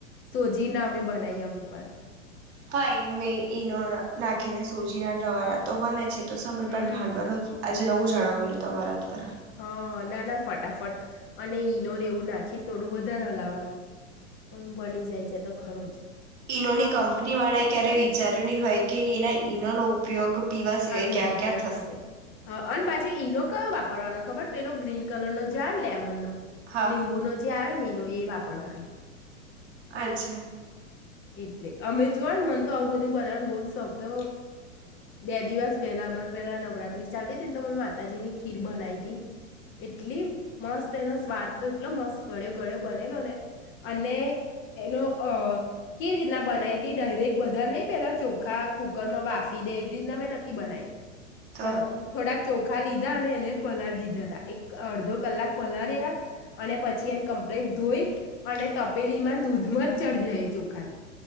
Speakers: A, on the left; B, on the right.
A: સોજી ના અમે બનાવીએ અમુક વાર.
B: ભાઈ મે ઈનો નાખીને સુજીના રવાડા તો બને છે. ત આપ ભડંડ
A: હમ
B: વા આજ નવું જાણવા મળ્યું તમારા દ્વારા.
A: હ ના ના ફટાફટ અને ઈનોને એવું નાખીને થોડું વધારે લાવવાનું. પણ બની જાય છે તો. ખરોચ.
B: ઈનોની કંપની વાળા ક્યારે વિચાર્યું ન હોય કે એના ઈનોનો ઉપયોગ પીવા સિવાય
A: આવી
B: ક્યાં
A: રીતના
B: ક્યાં
A: થશે હ અને પાછી ઈનો કયો વાપરવાનો. ખબર પેલો ગ્રીન કલર નો જાય લેમનનો.
B: હા
A: લીંબુ નજી આવે ની નું એ વાપરવાનું.
B: અચ્છા.
A: એટલે અમે જો ને મને તો આવું બધું બનાવવાનો બહ જ શોખ તો બે દિવસ પેલા અમારે પેલા નવરાત્રી ચાલતી ને તો મે માતાજીની ખીર બનાવી હતીી એટલી મસ્ત એનો સ્વાદ તો એટલો મસ્ત ગળ્યો ગળ્યો બનેલો ને અને એનો અ કેવી રીતના બનાવીતી ડાયરેક્ટ બધા નહ પેલા ચોખા કુકરમાં બાફી દે એવી રીતના મેં નથી બનાવી.
B: તો
A: હ થોડા ચોખા લીધા અને એને પલળી દીધા હતા એક અડધો કલાક પલળ્યા અને પછી એને કમ્પ્લીટ ધોઈ અને તપેલીમાં દૂધમાં જ ચઢ્યા એ ચોખાને